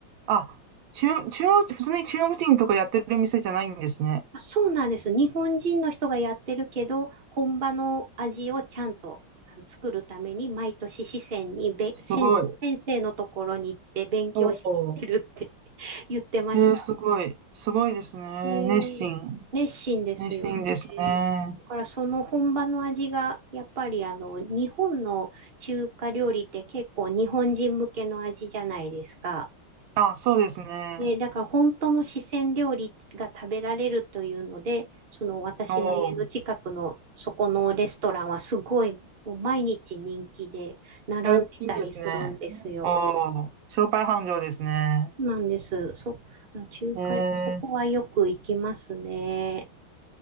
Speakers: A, on the right; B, on the right.
A: あ、中、中央、普通に中国人とかやってる店じゃないんですね。
B: あそうなんです。日本人の人がやってるけど、本場の味をちゃんとあの作るために、毎年四川にべ先、
A: すごい。
B: 先生のところに行って勉強しに行ってるって
A: おー、
B: <laughs> 言ってました。
A: えーすごい。すごいですね。
B: えー熱心ですよね。
A: 熱心。熱心ですね。
B: だからその本場の味が、やっぱりあの、日本の中華料理って結構日本人向けの味じゃないですか。
A: あ、そうですね。
B: ね、だから本当の四川料理が食べられるというので、その私の家の近くのそこのレストランはすごいもう毎日人気で並んでたりするんですよ。
A: おお。え、いいですね。おお。商売繁盛ですね。
B: なんです。そ、中華、
A: え
B: そこはよく行きますね。
A: ー、